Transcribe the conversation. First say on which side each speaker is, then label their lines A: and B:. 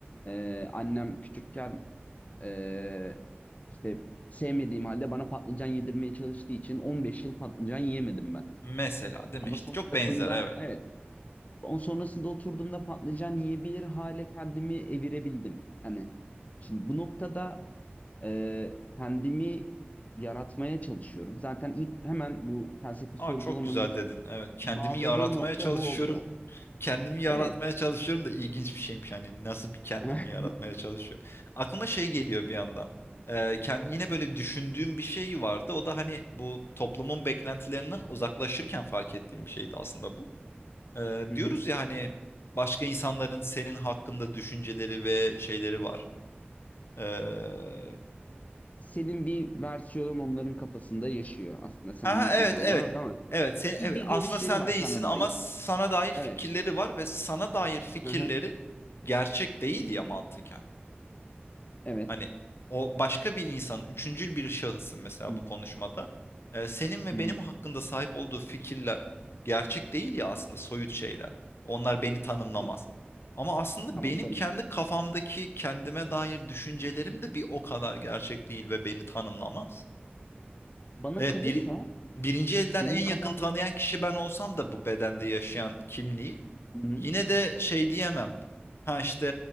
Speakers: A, on the left; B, on the left.
A: e, annem küçükken e, işte sevmediğim halde bana patlıcan yedirmeye çalıştığı için 15 yıl patlıcan yiyemedim ben.
B: Mesela değil
A: Ama
B: mi işte?
A: sonrasında
B: Çok benzer evet.
A: evet on sonrasında oturduğumda patlıcan yiyebilir hale kendimi evirebildim. Hani şimdi bu noktada e, kendimi yaratmaya çalışıyorum. Zaten ilk hemen bu felsefi
B: Aa
A: sorgulamanın
B: çok güzel dedin. Evet. Kendimi
A: bağladığı
B: yaratmaya
A: nokta
B: çalışıyorum.
A: bu oluyor.
B: kendimi yaratmaya
A: Evet.
B: çalışıyorum da ilginç bir şeymiş hani nasıl bir kendimi
A: <laughs>
B: yaratmaya çalışıyorum. Aklıma şey geliyor bir yandan. Ee, kend- yine böyle düşündüğüm bir şey vardı. O da hani bu toplumun beklentilerinden uzaklaşırken fark ettiğim bir şeydi aslında bu. Ee,
A: Hı
B: diyoruz
A: hı.
B: ya hani başka insanların senin hakkında düşünceleri ve şeyleri var. Ee,
A: Senin bir versiyonun onların kafasında yaşıyor. Aslında sen
B: aha,
A: değilsin
B: evet
A: tam
B: evet.
A: olarak ama
B: Evet, sen,
A: bir,
B: evet
A: bir
B: aslında
A: görüşleri
B: sen
A: var
B: değilsin
A: sana
B: ama
A: dair.
B: sana dair fikirleri
A: Evet.
B: var ve sana dair fikirleri
A: Hı hı.
B: gerçek değil ya mantıken.
A: Evet.
B: Hani o başka bir insan, üçüncül bir şahısın mesela
A: Hı
B: bu
A: hı.
B: konuşmada. Ee, senin ve
A: Hı
B: benim
A: hı.
B: hakkında sahip olduğu fikirler gerçek değil ya aslında soyut şeyler. Onlar beni tanımlamaz.
A: E,
B: Ama aslında
A: tamam
B: benim
A: tamam.
B: kendi kafamdaki kendime dair düşüncelerim de bir o kadar gerçek değil ve beni tanımlamaz.
A: Bana
B: Evet
A: kalırsa
B: bir, birinci elden
A: benim
B: en yakın
A: kafamdaki...
B: tanıyan kişi ben olsam da bu bedende yaşayan kimliği
A: Hı hı.
B: Yine de şey diyemem. Ha işte